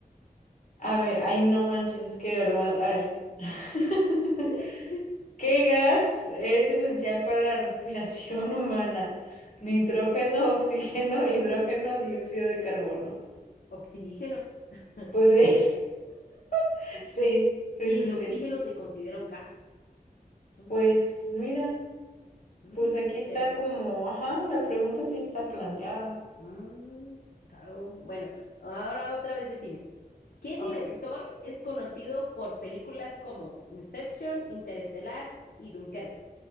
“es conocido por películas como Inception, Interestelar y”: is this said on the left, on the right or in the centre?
Left